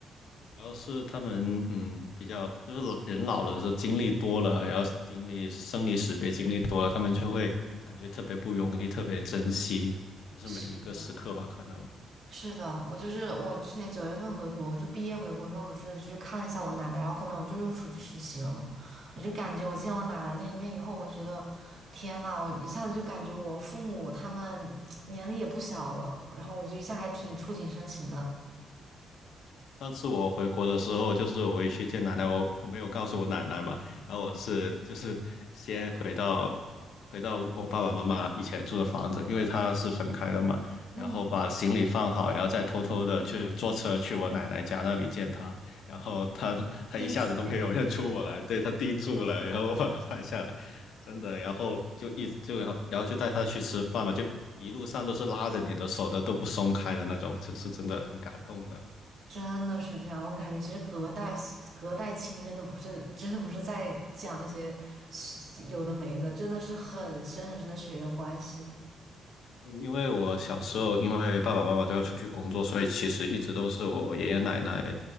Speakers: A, on the left; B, on the right.
A: 主要是他们嗯比较就是老人老了，就经历多了，然后经历生离死别经历多了，他们就会感觉特别不容易，特别珍惜，就是每一个时刻吧，
B: 是的。
A: 可能。
B: 是的，我就是我去年九月份回国，我就毕业回国以后，我是去看了一下我奶奶，然后后面我就又出去实习了嘛。我就感觉我见我奶奶那一面以后，我觉得天呐，我一下子就感觉我父母他们 <tsk> 年龄也不小了，然后我就一下还挺触景生情的。
A: 嗯上次我回国的时候，就是我回去见奶奶，我我没有告诉我奶奶嘛，然后我是就是先回到
B: 啊，
A: 回到我爸爸妈妈以前住的房子，因为他是分开的嘛，
B: 嗯，
A: 然后把行李放好，然后再偷偷的去坐车去我奶奶家那里见她，然后她她一下子都没有认出我来，
B: 惊喜。
A: 对她定住了，然后我把她拍下来，真的，然后就一就然后然后就带她去吃饭嘛，就一路上都是拉着你的手的，都不松开的那种，就是真的很感动的。
B: 真的是这样，我感觉其实隔代隔代亲真的不是真的不是在讲那些有的没的，真的是很深很深的血缘关系。
A: 因为我小时候，因为爸爸妈妈都要出去工作，所以其实一直都是我爷爷奶奶